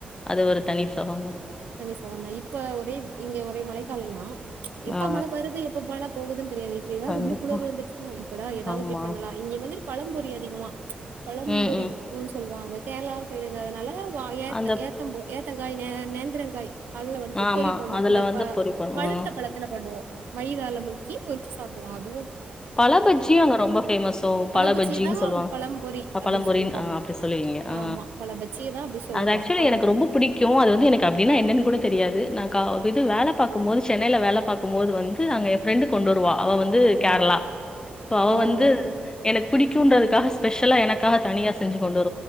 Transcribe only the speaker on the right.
தந்திசவா ந இப்ப ஒரே இங்க ஒரே மழைக்காலந்தா எப்ப
மழ வருது எப்ப பால போகுதுன் தெரியாது இப்ப எதா
ரொம்ப குளிர் வந்துச்சுன்னா இப்படா ஏதாவ்து
போயி பண்ணலா இங்க வந்துட்டு பழம் பொரி அதிகமா பழம்பொரி
உப்பு சொல்வாங்க கேர்ளா சைடுங்குறதுனால வா ஏத்த
ஏத்தம்பு ஏத் தங்காய் நெ நெந் திரங்காய் அதுல வந்துட்டு
பொரி பண்ணு
இந்த
ப
பழுத்த பழத்துல பண்ணுவோ மைதால முக்கி பொறிச்சி சாப்டுவோ அத்
பழபஜ்ஜிய
தான்
பழம்பொரி அப்படி
சொல்றோம்
ஆமா பழபஜ்ஜிய தான் அப்படி சொல்றோம்
பழம்பொரி
ம்
ஓ
ஓ